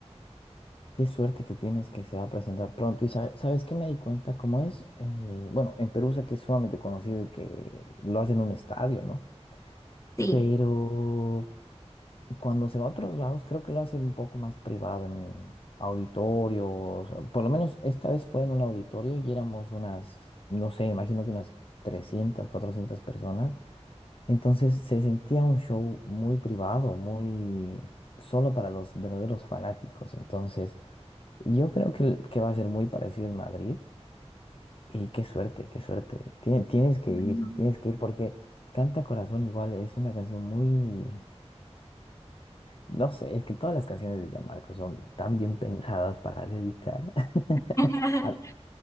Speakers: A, on the left (about 55°); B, on the left (about 25°).
A: Qué suerte que tienes que se va a presentar pronto. Y sa- sabes qué me di cuenta, cómo es, Eh, bueno, en Perú sé que es sumamente conocido y que lo hacen en un estadio, ¿no?
B: Sí.
A: Pero Cuando se va a otros lados, creo que lo hace un poco más privado en auditorios. Por lo menos esta vez fue en un auditorio y éramos unas, no sé, imagino que unas 300, 400 personas. Entonces se sentía un show muy privado, muy solo para los verdaderos fanáticos. Entonces yo creo que, que va a ser muy parecido en Madrid. Y qué suerte, qué suerte. Tien- tienes que
B: Bueno.
A: ir, tienes que ir porque Canta Corazón igual es una canción muy No sé, es que todas las canciones de Gianmarco son tan bien pensadas para dedicar. <laughs>
B: <laughs>
A: A,